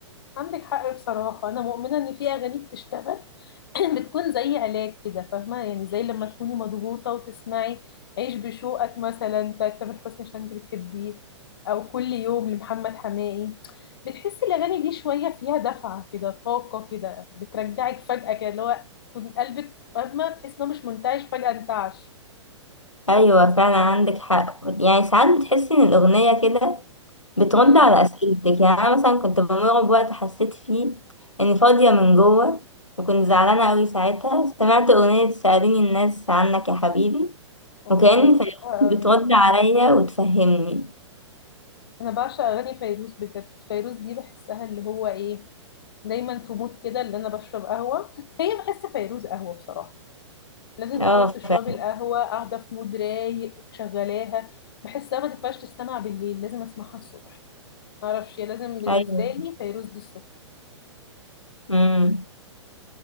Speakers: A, on the left; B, on the left.
A: عندك حق بصراحة انا مؤمنة ان في اغاني بتشتغل <clears throat> بتكون زي علاج كده فاهمة يعني زي لما تكوني مضغوطة وتسمعي عيش بشوقك مثلا بتاعت تامر حسني عشان انت بتحبيه او كل يوم لمحمد حماقي بتحسي الاغاني دي شوية فيها دفعة كده طاقة كده بترجعك فجأة كده اللي هو كنت قلبك فاهمة تحس انه مش منتعش فجأة انتعش
B: أيوة فعلا عندك حق يعني ساعات بتحسي إن الأغنية كده بترد
A: امم
B: على أسئلتك يعني أنا مثلا كنت بمر بوقت حسيت فيه إني فاضية من جوه وكنت زعلانة أوي ساعتها سمعت أغنية سأليني الناس عنك يا حبيبي
A: اوه
B: وكأن
A: بحبها
B: فيروز بترد
A: قوي
B: عليا وتفهمني
A: انا بعشق اغاني فيروز بجد فيروز دي بحسها اللي هو ايه دايما في مود كده اللي انا بشرب قهوة <laughs> هي بحس فيروز قهوة بصراحة لازم
B: اه
A: تكوني
B: فعلا
A: بتشربي القهوة قاعدة في مود رايق شغلاها بحسها ما تنفعش تستمع بالليل لازم اسمعها الصبح معرفش هي لازم بالنسبة
B: أيوة
A: لي فيروز دي الصبح
B: مم.